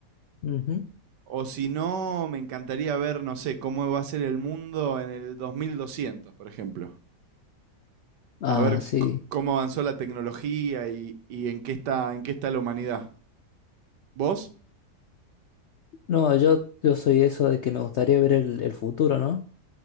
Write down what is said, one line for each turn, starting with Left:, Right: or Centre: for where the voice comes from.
Left: Ujú.
Right: O si no, me encantaría ver, no sé, cómo va a ser el mundo en el 2200, por ejemplo.
Left: Ah,
Right: A ver
Left: sí.
Right: c- cómo avanzó la tecnología y, y en qué está, en qué está la humanidad. ¿Vos?
Left: No, yo, yo soy eso de que me gustaría ver el, el futuro, ¿no?